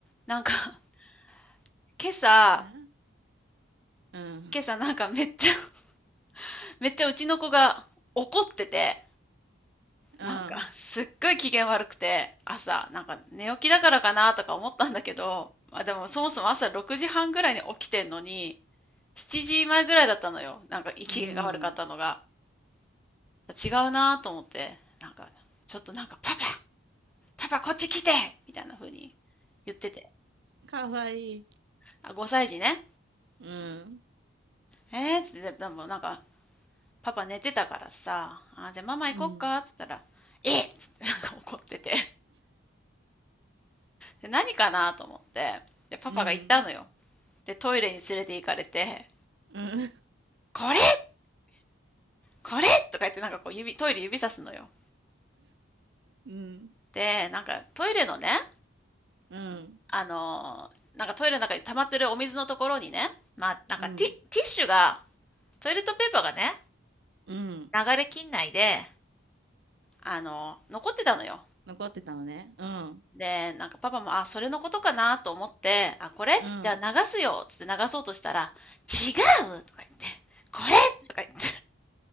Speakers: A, in the centre; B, on the right (about 60°).
A: なんか、<laughs> 今朝、
B: えうん。
A: 今朝なんかめっちゃ、<laughs> めっちゃうちの子が怒ってて、
B: うん。
A: なんかすっごい機嫌悪くて、朝、なんか寝起きだからかなとか思ったんだけど、まあでもそもそも朝6時半ぐらいに起きてんのに、7時前ぐらいだったのよ。なんか機嫌が悪かったのが。
B: うん。
A: 違うなと思って、なんか、ちょっとなんかパパ、パパこっち来てみたいな風に言ってて。
B: かわいい。
A: あ、5歳児ね。
B: うん。
A: えーっつって、でもなんか、パパ寝てたからさ、あ、じゃあママ行こっかっつったら、
B: うん。
A: えっつってなんか怒ってて。で、何かなと思って。で、パパが行ったのよ。
B: うん。
A: で、トイレに連れて行かれて、
B: うん。
A: これこれとか言ってなんかこう指、トイレ指さすのよ。
B: うん。
A: で、なんかトイレのね、
B: うん。
A: あのーなんかトイレの中に溜まってるお水のところにね、まあ、なんかティ、
B: うん。
A: ティッシュが、トイレットペーパーがね、
B: うん。
A: 流れきんで、あのー残ってたのよ。
B: 残ってたのね。うん。
A: で、なんかパパも、あ、それのことかなと思って、あ、これつってじゃあ流すよつって流そうとしたら、
B: うん。
A: 違うとか言って、これとか言って